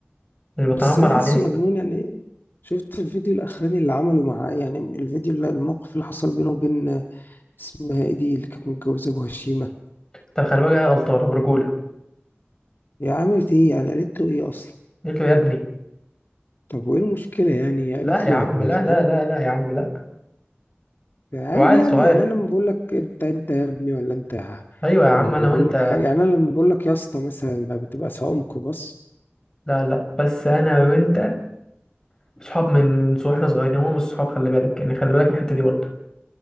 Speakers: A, on the left; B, on the left.
A: مش بتنمر
B: بس انا
A: عليه
B: حاسه مجنون يعني شفت الفيديو الاخراني اللي عمله مع يعني الفيديو اللي الموقف اللي حصل بينه وبين اسمها ايه دي اللي كانت متجوزه ابو هشيمه
A: طب خلي بالك هي غلطانه برجوله
B: هي عملت ايه يعني قالت له ايه اصلا
A: قلت له يا ابني
B: طب وايه المشكله يعني قالت
A: لا يا
B: له
A: عم
B: يا ابن
A: لا
B: الكلب
A: لا لا لا يا عم لا
B: عادي
A: وعيل
B: يعني
A: صغير
B: يعني انا لما بقول لك انت انت يا ابني ولا انت يا-
A: ايوه يا عم
B: ولا
A: انا وانت
B: بقول لك حاجه يعني انا لما بقول لك يا اسطى مثلا ده بتبقى سواق ميكروباص
A: لا لا بس انا وانت صحاب من من سو- واحنا صغيرين هم مش صحاب خلي بالك يعني خلي بالك من الحته دي برضه